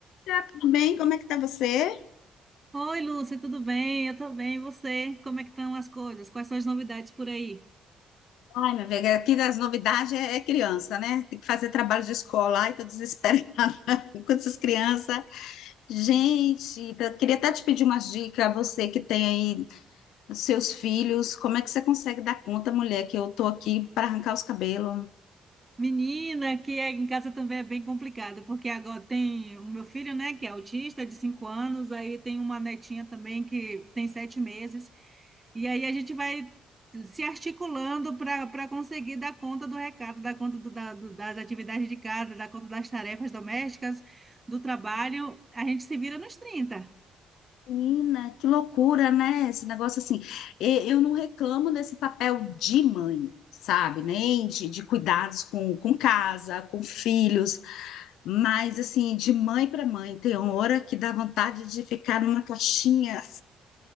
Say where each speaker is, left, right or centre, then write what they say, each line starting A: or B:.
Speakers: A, on the left (about 85°); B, on the right (about 20°).
A: Tá tudo bem? Como é que tá você?
B: Oi, Lúcia, tudo bem? Eu tô bem, e você? Como é que estão as coisas? Quais são as novidades por aí?
A: Ai, minha velha, aqui das novidades é, é criança, né? Tem que fazer trabalho de escola, ai, tô desesperada <laughs> com essas crianças. Gente, tá- queria até te pedir umas dicas, você que tem aí os seus filhos, como é que você consegue dar conta, mulher, que eu tô aqui para arrancar os cabelos?
B: Menina, que é- em casa também é bem complicado, porque agora tem o meu filho, né, que é autista, de cinco anos, aí tem uma netinha também que tem sete meses, e aí a gente vai se articulando para para conseguir dar conta do recado, dar conta do- da- do- das atividades de casa, dar conta das tarefas domésticas, do trabalho. A gente se vira nos trinta.
A: Menina, que loucura, né? Esse negócio assim. E- Eu não reclamo desse papel de mãe. Sabe, nem de, de cuidados com, com casa, com filhos, Mas, assim, de mãe para mãe, tem hora que dá vontade de ficar numa caixinha